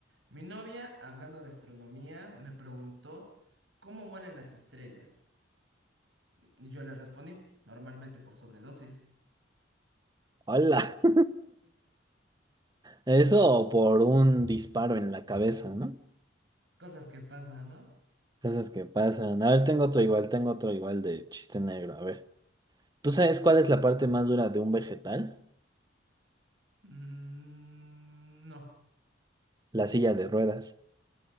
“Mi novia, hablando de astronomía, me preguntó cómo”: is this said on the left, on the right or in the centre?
Right